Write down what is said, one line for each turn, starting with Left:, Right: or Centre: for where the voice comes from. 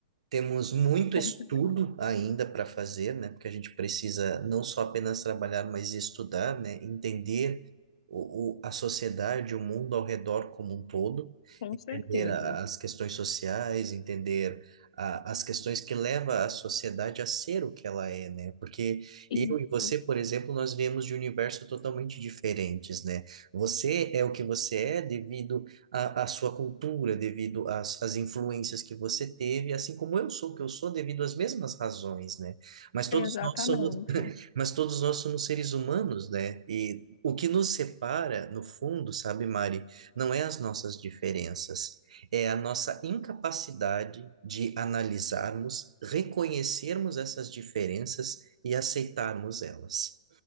Right: Temos muito
Left: com
Right: estudo
Left: certeza,
Right: ainda para fazer, né? Porque a gente precisa não só apenas trabalhar, mas estudar, né? Entender o, o- a sociedade, o mundo ao redor como um todo,
Left: com
Right: entender
Left: certeza.
Right: a- as questões sociais, entender a- as questões que levam a sociedade a ser o que ela é, né? Porque eu
Left: Isso,
Right: e você, por exemplo, nós viemos de universos totalmente diferentes, né? Você é o que você é devido a, a sua cultura, devido às, às influências que você teve, assim como eu sou o que eu sou devido às mesmas razões, né? Mas todos
Left: exatamente.
Right: nós somos, mas todos nós somos seres humanos, né? E o que nos separa, no fundo, sabe, Mari, não é as nossas diferenças, é a nossa incapacidade de analisarmos, reconhecermos essas diferenças e aceitarmos elas.